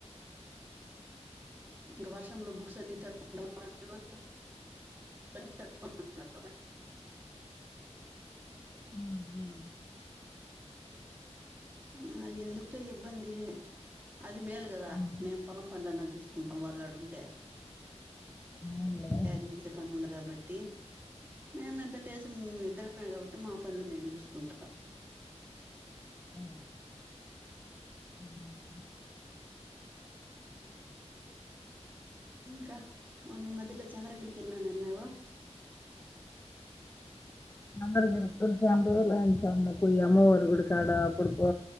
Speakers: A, on the right (about 15°); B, on the left (about 20°).
A: ఇంకా వర్షంలో బుక్స్ అన్ని తడుచూకుంటా <inaudible> <inaudible>
B: ఉ
A: ఆనా ఎందుకులే ఇబ్బంది అది మేలు కదా
B: ఉమ్.
A: మేము పొలం పనులన్న జూసు కుంటాం వాళ్లు ఆడుంటే
B: అవునులే
A: తెరుగేసే పనంది కాబట్టి మేమందు పెద్ద పేస ఇద్దరమే కాబట్టి మా పనులు మేము చూసుకుంటాం
B: ఆ ఉహుహు
A: ఇంకా మొన్న ఈ మధ్య లో చంద్రగిరికి వెల్నావ్ అన్నావు
B: అందరు కూడా కొంచెం చంద్రగిరి లో అంత పోయి అమ్మవారి గుడి కాడ కొడుకో